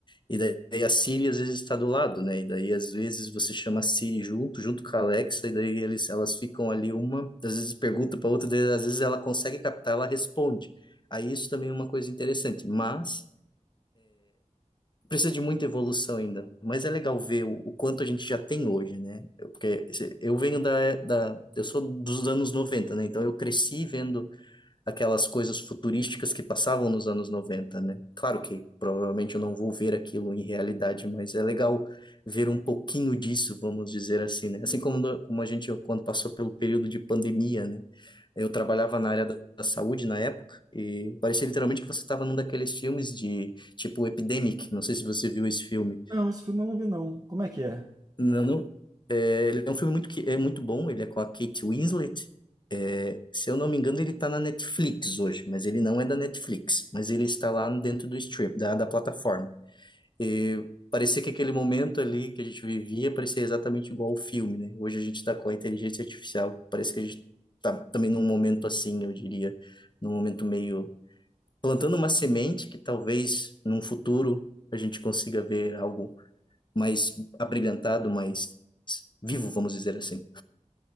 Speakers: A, on the left; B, on the right.
A: E daí a Siri às vezes está do lado, né? E daí às vezes você chama a Siri junto, junto com a Alexa, e daí eles, elas ficam ali uma, às vezes pergunta para outra, daí, às vezes ela consegue captar, ela responde. Aí isso também é uma coisa interessante, mas precisa de muita evolução ainda. Mas é legal ver o, o quanto a gente já tem hoje, né? Eu- Porque se- eu venho da, da, eu sou dos anos noventa né? Então eu cresci vendo aquelas coisas futurísticas que passavam nos anos 90, né? Claro que provavelmente eu não vou ver aquilo em realidade, mas é legal ver um pouquinho disso, vamos dizer assim, né? Assim como, no- como a gente, quando passou pelo período de pandemia, né? Eu trabalhava na área da, da saúde na época e parecia literalmente que você estava num daqueles filmes de, tipo, Epidemic, não sei se você viu esse filme.
B: Não, esse filme eu não vi, não. Como é que é?
A: Não, não. É, ele é um filme muito, que- é muito bom, ele é com a Kate Winslet. É, se eu não me engano, ele está na Netflix hoje, mas ele não é da Netflix, mas ele está lá dentro do stream, da, da plataforma. E parecia que aquele momento ali que a gente vivia parecia exatamente igual ao filme, né? Hoje a gente está com a inteligência artificial, parece que a gente está também num momento assim, eu diria, num momento meio plantando uma semente que talvez num futuro a gente consiga ver algo mais abrilhantado, mais vivo, vamos dizer assim.